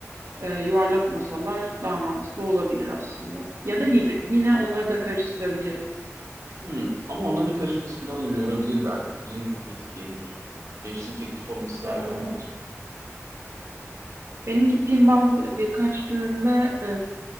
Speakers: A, on the right; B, on the right.
A: e, yuvarlak masalar daha mantıklı olabilir aslında. Ya da hibrit. Yine onları da karıştırabiliriz.
B: Hmm, Ama onların karışması biraz yorabilir belki. Düzeni çok etkileyebilir. Hepsini tek tip olması
A: Ee,
B: daha iyi olmaz
A: benim gittiğim bazı birkaç düğünde e,